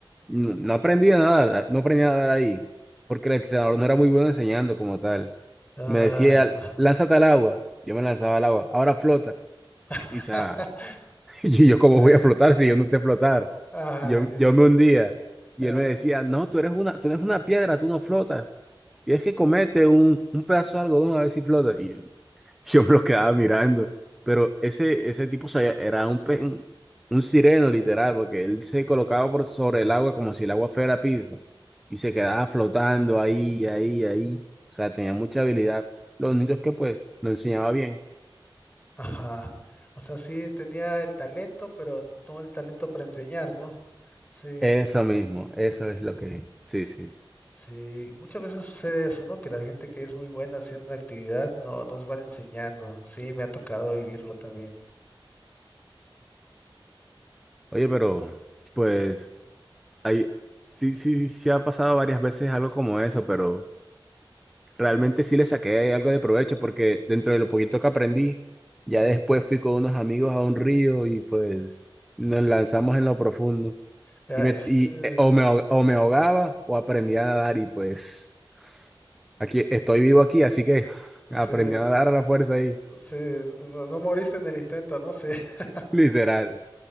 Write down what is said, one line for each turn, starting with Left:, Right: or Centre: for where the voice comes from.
Centre: no, no aprendí nada, no aprendí nada ahí. Porque el entrenador no era muy bueno enseñando como tal.
Left: Ah,
Centre: Me decía,
Left: ajá.
Centre: lánzate al agua. Yo me lanzaba al agua. Ahora flota.
Left: <laughs>
Centre: Y ya, <laughs> y yo, ¿cómo
Left: Ah,
Centre: voy a flotar si yo no sé flotar?
Left: ah,
Centre: Y Yo,
Left: ah, eh,
Centre: yo me hundía. Y
Left: ah,
Centre: él me decía, no, tú eres una, tú eres una piedra, tú no flotas. Tienes que comete un, un pedazo de algodón a ver si flota. Y yo, <laughs> Yo me lo quedaba mirando. Pero ese, ese tipo se- era un, pe- un, un sireno, literal, porque él se colocaba por sobre el agua como si el agua fuera piso. Y se quedaba flotando ahí, ahí, ahí. O sea, tenía mucha habilidad. Lo único es que, pues, lo enseñaba bien.
Left: ajá. O sea, sí tenía el talento, pero no el talento para enseñar, ¿no? Sí.
Centre: Eso mismo, eso es lo que. Sí, sí.
Left: Sí, muchas veces sucede eso, ¿no? Que la gente que es muy buena haciendo una actividad no, no es buena enseñando. Sí, me ha tocado vivirlo también.
Centre: Oye, pero, pues, ahí sí, sí, sí ha pasado varias veces algo como eso, pero. realmente sí le saqué algo de provecho porque dentro de lo poquito que aprendí, ya después fui con unos amigos a un río y pues nos lanzamos en lo profundo.
Left: Ya,
Centre: Y me,
Left: es-
Centre: y,
Left: eh,
Centre: eh, o me, ahoga- o me ahogaba o aprendí a nadar y pues aquí estoy vivo aquí, así que <laughs> aprendí
Left: sí,
Centre: a nadar a la fuerza ahí. <laughs>
Left: sí, no, no moriste en el intento, ¿no? Sí, <laughs>
Centre: Literal,